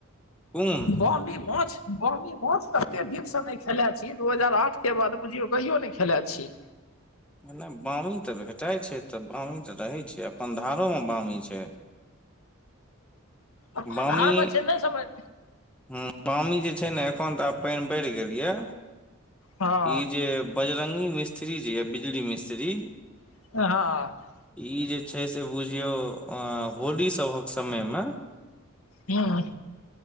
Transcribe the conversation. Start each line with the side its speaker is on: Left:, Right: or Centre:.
Centre: कोन
Left: बामी माछ बामी माछ कते दिन से नहि खेले छी दू हजार आठ के बाद बुझियौ कहियो नहि खेला छी
Centre: नहि वामी तऽ भेटै छै तऽ वामी तऽ रहै छै अपन धारोमे वामी छै
Left: अपना
Centre: बामी
Left: धार मे छै नहि समझ
Centre: हू बामी जे छै ने एखन तऽ आब पानि बढ़ि गेल यए
Left: हँ
Centre: ई जे बजरंगी मिस्त्री जेयय बिजली मिस्त्री
Left: एहाँ
Centre: ई जे छै से बुझियौ अ होली सभक समय मऽ
Left: हँ